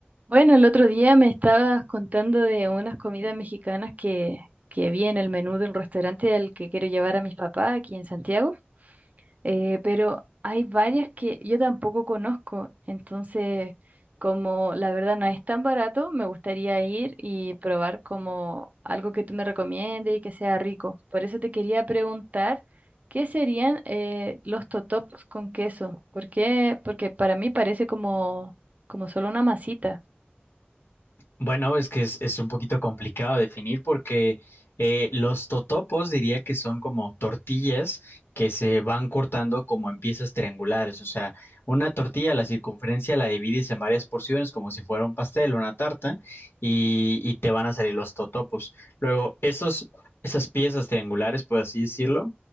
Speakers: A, on the right; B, on the left.
A: Bueno, el otro día me estabas contando de unas comidas mexicanas que, que vi en el menú de un restaurante al que quiero llevar a mis papás aquí en Santiago, eh, pero hay varias que yo tampoco conozco, entonces como la verdad no es tan barato, me gustaría ir y probar como algo que tú me recomiendes y que sea rico. Por eso te quería preguntar, ¿qué serían eh, los totopos con queso? ¿Por qué? Porque para mí parece como, como solo una masita.
B: Bueno, es que es, es un poquito complicado definir porque eh, los totopos diría que son como tortillas que se van cortando como en piezas triangulares. O sea, una tortilla, la circunferencia la divides en varias porciones como si fuera un pastel, una tarta, y, y te van a salir los totopos. Luego, esos, esas piezas triangulares, por así decirlo,